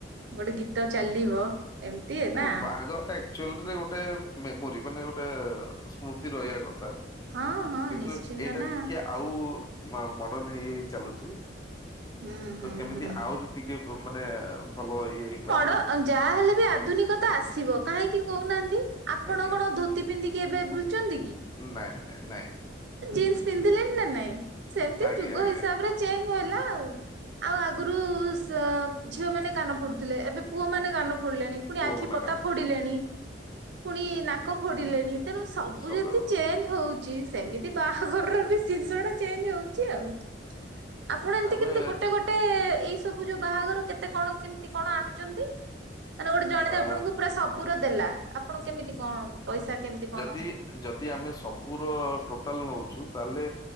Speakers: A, on the right; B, on the left.
A: ଗୋଟେ ଗୀତ ଚାଲିବ। ଏମିତି
B: ନାଇଁ
A: ନା
B: ବାହାଘର ଅକ୍ଚୁଆଲ ରେ ଗୋଟେ ମେମୋରି ମାନେ ଗୋଟେ ଗୋଟେ ସ୍ମୃତି ରହିବା କଥା
A: ହଁ ହଁ
B: କିନ୍ତୁ
A: ନିଶ୍ଚିନ୍ତ
B: ଏଇଟା
A: ନା
B: ଟିକେ ଆଉ ମ ମଡର୍ଣ ହେଇ ହେଇ ଚାଲୁଛି
A: ହୁଁ ହୁଁ
B: ତ କେମିତି
A: ହୁଁ।
B: ଆହୁରି ଟିକେ ବ ମାନେ ଭଲ ଇଏ ହେଇପାରିବ
A: ପଡ ଅ ଯାହାହଲେ ବି ଆଧୁନିକ ତ ଆସିବ କାହିଁକି କହୁନାହାନ୍ତି ଆପଣ
B: ଆଜ୍ଞା।
A: କଣ ଧୋତି ପିନ୍ଧିକି ଏବେ ବୁଲୁଛନ୍ତି କି।
B: ନାଇଁ ନାଇଁ।
A: ଜିନସ୍ ପିନ୍ଧିଲେ ନା ନାଇଁ ସେମତି
B: ଆଜ୍ଞା
A: ଯୁଗ
B: ଆଜ୍ଞା
A: ହିସାବରେ ଚେଞ୍ଜ ହେଲା ଆଉ ଆଉ ଆଗରୁ ସ ଝିଅ ମାନେ କାନ ଫୋଡୁ ଥିଲେ ଏବେ ପୁଅ ମାନେ କାନ ଫୋଡିଲେଣି ପୁଣି
B: ପୁଅ
A: ଆଖି
B: ମନା
A: ପତା
B: କାନୁନ।
A: ଫୋଡିଲେଣି। ପୁଣି ନାକ ଫୋଡିଲେଣି ତେଣୁ ସବୁ
B: ସତ
A: ଯେମିତି
B: କଥା
A: ଚେଞ୍ଜ ହଉଛି। ସେମିତି ବାହାଘରର ବି ଜିନିଷ ଟା ଚେଞ୍ଜ ହଉଛି ଆଉ। ଆପଣ ଏମିତି
B: ଆମେ
A: କେମିତି ଗୋଟେ ଗୋଟେ ଏଇ ସବୁ ଯୋଉ ବାହାଘର କେତେ କଣ କେମତି କଣ ଆଣୁଛନ୍ତି? ମାନେ ଗୋଟେ ଜଣେ
B: ଅ
A: ଯେ ଆପଣଙ୍କୁ ପୁରା ସବୁର ଦେଲା ଆପଣ କେମିତି କଣ? ପଇସା କେମିତି କଣ
B: ଯଦି ଯଦି ଆମେ ସବୁର ଟୋଟାଲ ନେଉଛୁ ତାହେଲେ